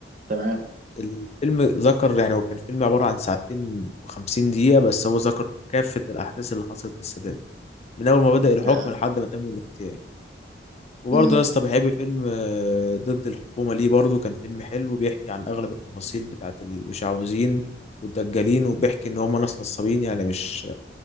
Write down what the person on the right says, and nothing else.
تمام
آه.
مم.